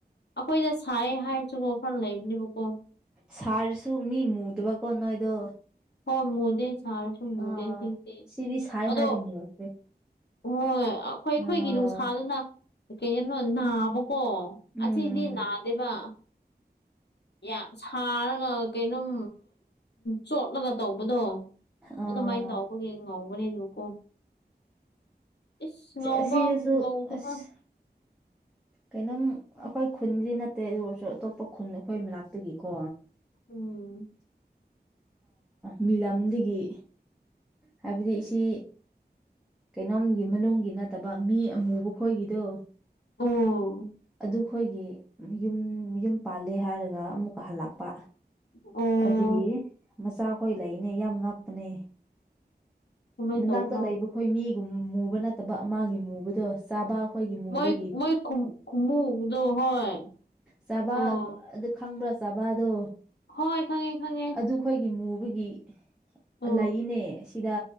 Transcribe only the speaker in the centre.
ꯁꯥꯔꯁꯨ ꯃꯤ ꯃꯨꯗꯕ ꯀꯣ ꯅꯣꯏꯗꯣ
ꯑꯥ
ꯁꯤꯗꯤ ꯁꯥꯏ
ꯍꯥꯏꯔꯗꯤ ꯃꯨꯈ꯭ꯔꯦ
ꯑꯥ
ꯎꯝ
ꯑꯥ
ꯑꯁꯤꯗꯁꯨ
ꯑꯁ ꯀꯩꯅꯣꯝ ꯑꯩꯈꯣꯏ ꯈꯨꯟꯗꯤ ꯅꯠꯇꯦ ꯑꯗꯨ ꯑꯣꯏꯔꯁꯨ ꯑꯇꯣꯞꯄ ꯈꯨꯟ ꯑꯩꯈꯣꯏ ꯃꯅꯥꯛꯇꯒꯤꯀꯣ
ꯃꯤꯂꯝꯗꯒꯤ ꯍꯥꯏꯕꯗꯤ ꯑꯁꯤ ꯀꯩꯅꯣꯝꯒꯤ ꯃꯅꯨꯡꯒꯤ ꯅꯠꯇꯕ ꯃꯤ ꯑꯃꯨꯕ ꯈꫭꯏꯒꯤꯗꯣ
ꯑꯗꯨꯈꯣꯏꯒꯤ ꯌꯨꯝ ꯌꯨꯝ ꯄꯥꯜꯂꯦ ꯍꯥꯏꯔꯒ ꯑꯃꯨꯛꯀ ꯍꯜꯂꯛꯄ
ꯑꯗꯨꯒꯤ ꯃꯆꯥꯈꯣꯏ ꯂꯩꯅꯦ ꯌꯥꯝ ꯉꯥꯛꯄꯅꯦ
ꯃꯅꯥꯛꯇ
ꯂꯩꯕ ꯑꯩꯈꯣꯏ ꯃꯤꯒꯨꯝ ꯃꯨꯕ ꯅꯠꯇꯕ ꯑꯃꯒꯤꯒꯤ ꯃꯨꯕꯗꯣ ꯆꯥꯕ ꯑꯩꯈꯣꯏꯒꯤ ꯃꯨꯕꯒꯤ
ꯆꯥꯚ
ꯑꯗꯨ ꯈꯪꯕ꯭ꯔꯥ ꯆꯥꯕꯥꯗꯣ
ꯑꯗꯨ ꯈꯣꯏꯒꯤ ꯃꯨꯕꯒꯤ
ꯂꯩꯅꯦ ꯁꯤꯗ